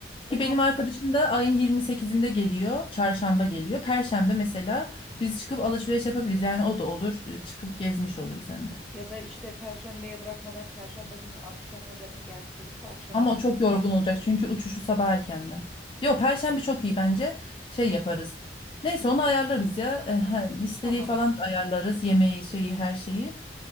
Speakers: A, in the centre; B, on the left.
A: O
B: Ki
A: hafta
B: benim arkadaşım da ayın 28'inde geliyor. Çarşamba geliyor. Perşembe mesela biz çıkıp alışveriş yapabiliriz. Yani o da olur. e, Çıkıp gezmiş oluruz hem de.
A: ya da işte Perşembeye bırakmadan Çarşamba günü akşamına zaten gelmiş olursa akşam
B: Ama
A: da bakabiliriz.
B: o çok yorgun olacak çünkü uçuşu sabah erkenden. Yo Perşembe çok iyi bence. Şey yaparız. Neyse onu ayarlarız ya. E, he, listeyi
A: Tamam.
B: falan da ayarlarız. Yemeği şeyi her şeyi.